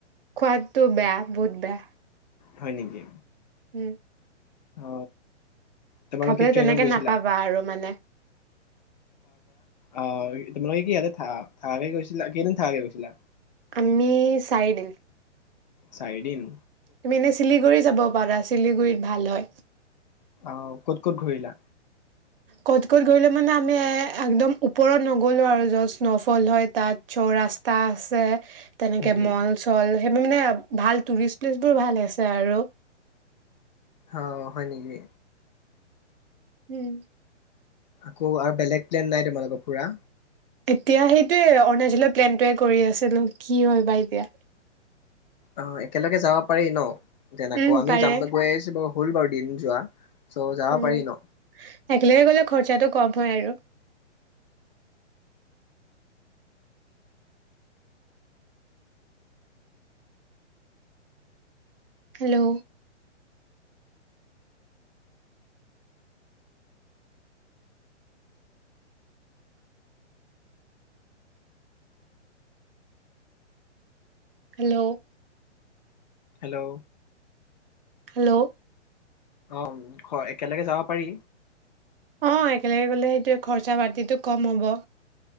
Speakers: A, on the right; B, on the left.
A: খোৱাদটো বেয়া বহুত বেয়া
B: হয় নেকি
A: উম
B: অ তোমালোক
A: খাবলে
B: কি ট্ৰেইনত
A: তেনেকে
B: গৈছিলা
A: নাপাবা আৰু মানে।
B: অ', তোমালোকে কি যাতাই থ থাকাকে গৈছিলা? কেই দিন থাকাকে গৈছিলা?
A: আমি চাৰি দিন।
B: চাৰি দিন।
A: তুমি এনে শিলিগুৰি যাব পৰা। শিলিগুৰিত ভাল হয়।
B: আও, ক'ত ক'ত ঘূৰিলা?
A: কত, কত গৈলে মানে আমি এ আকদন ওপৰত নগলো আৰু যত স্নৌফাল হয়, তাত যোৱা ৰাস্তা আছে। তেনেকৈ
B: হম হম
A: মল্ল চল্ল। হাইবুৰ মানে ভাল টুৰিষ্ট প্লেচবোৰ ভাল আছে আৰু।
B: অ', হয় নিকি।
A: উম।
B: আকৌ আৰু বেলেগ প্লন নাই তোমালোকৰ পুৰা?
A: এতিয়া সেইটোৱেই অৰুণাচলৰ প্লান ট্ৰাই কৰি আছিলোঁ কি হয় বা এতিয়া।
B: অ', একেলগে যাব পাৰি ন। তেনেকুৱা,
A: উম
B: আমি
A: পাৰে
B: জাম গৈ আহিছোঁ বাৰু হ'ল বাৰু দিন যোৱা। চ' যাব
A: উম,
B: পাৰি ন
A: একেলগে গ'লে খৰচটো কম হয় আৰু। হেল্লো। হেল্লো।
B: হেল্লো।
A: হেল্লো।
B: অ', একেলগে যাব পাৰি।
A: অ', একেলগে গলে হত্যাই খৰচা প্ৰতিটো কম হব।